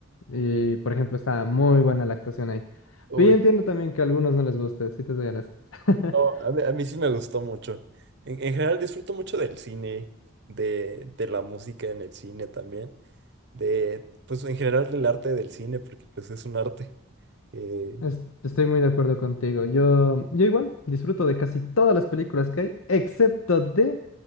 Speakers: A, on the left; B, on the right.
A: y, por ejemplo, está muy buena la actuación ahí.
B: uy,
A: Pero yo entiendo también que a algunos no les guste, si te soy honesto. <laughs>
B: No, a mí, a mí sí me gustó mucho. En, en general disfruto mucho del cine, de, de la música en el cine también, de, pues en general del arte del cine, porque pues es un arte. eh,
A: Es- Estoy muy de acuerdo contigo. Yo, yo igual disfruto de casi todas las películas que hay, excepto de